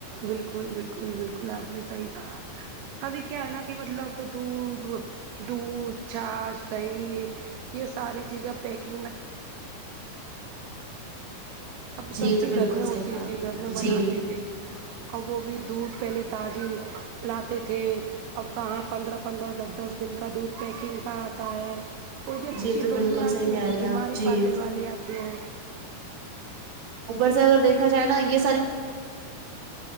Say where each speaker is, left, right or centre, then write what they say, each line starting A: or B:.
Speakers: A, on the right; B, on the right.
A: بالکل بالکل بالکل آپ نے صحیح ابھی کیا ہے نا کہ مطلب تو دودھ دودھ چا صحیح یہ ساری چیزیں پیک اب
B: جی
A: سب
B: یہ تو
A: کی
B: بالکل
A: گھر میں ہوتی
B: صحیح کہا آپ
A: تھی
B: نے
A: گھر میں
B: جی
A: بناتے تھے اور وہ بھی دودھ پہلے تازی لاتے تھے اب کہاں پندرہ پندرہ دس دس دن کا دودھ پیکنگ کا آتا ہے کو یہ اچھی
B: جی
A: چیز
B: تو
A: تھوڑی
B: بالکل
A: نہیں آتی
B: صحیح کہہ
A: ہے یہ
B: رہے ہیں
A: بیماری
B: آپ جی
A: پالنے والی آتی ہیں
B: اوپر سے اگر دیکا جائے نا یہ